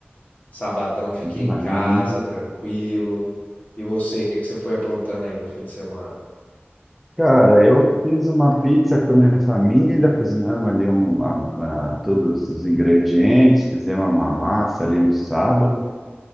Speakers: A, on the left; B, in the centre.
A: Sabadão fiquei
B: demais,
A: em casa,
B: hein?
A: tranquilo. E você, o que que você foi aprontando aí no fim de semana?
B: Cara, eu fiz uma pizza com a minha família, cozinhamos ali um, a- a- todos os ingredientes, fizemos uma massa ali no sábado,